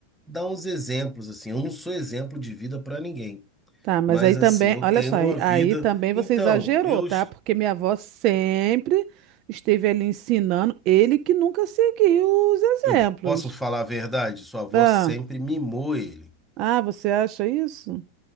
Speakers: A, in the centre; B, on the right (about 40°).
A: dar uns exemplos, assim. Eu não sou exemplo de vida para ninguém,
B: Tá, mas
A: mas
B: aí também,
A: assim, eu
B: olha
A: tenho
B: só, aí,
A: uma vida.
B: aí também você
A: Então,
B: exagerou,
A: eu,
B: tá?
A: est-
B: Porque minha avó sempre esteve ali ensinando, ele que nunca seguiu os exemplos.
A: eu posso falar a verdade, sua avó
B: Ah,
A: sempre mimou ele.
B: ah, você acha isso?